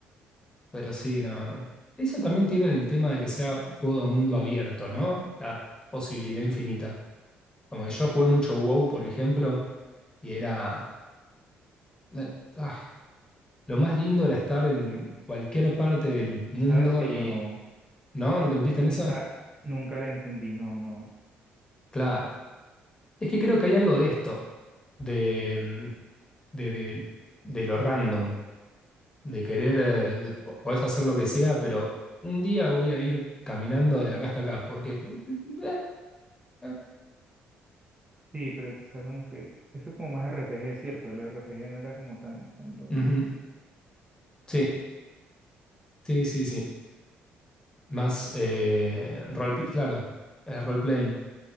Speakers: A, on the left; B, on the right.
A: Pero sí, no, no. Eso también tiene el tema de que sea juego de mundo abierto, ¿no? La posibilidad infinita. Como que yo jugué mucho WoW, por ejemplo, y era... eh, ah, lo más lindo era estar en cualquier parte del mundo
B: Sabes que
A: y...
B: yo no,
A: ¿No? ¿No te metiste
B: nunca,
A: en esa?
B: nunca le entendí, no, no.
A: Claro. Es que creo que hay algo de esto, de, mm, de, de- de lo random, de querer... eh, de- po- podés hacer lo que sea, pero un día voy a ir caminando de acá hasta acá, porque... eh, eh,
B: Sí, pero quizás como que eso es como más RPG, ¿cierto? El RPG no era como tan, tan lo
A: eh,
B: mío.
A: ujú. Sí, Sí, sí, sí. Más eh, role, pl- claro, eh, role-playing.